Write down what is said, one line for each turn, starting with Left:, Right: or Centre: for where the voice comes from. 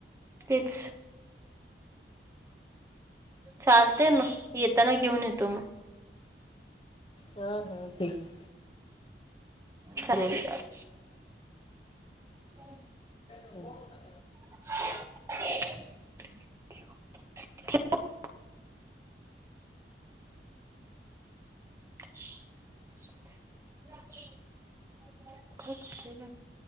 Right: तेच. चालतंय मग येताना घेऊन येतो.
Left: हा हा ठीक आहे.
Right: चालेल चालेल. <inaudible>
Left: हो <inaudible>
Right: ठेव <inaudible> <inaudible>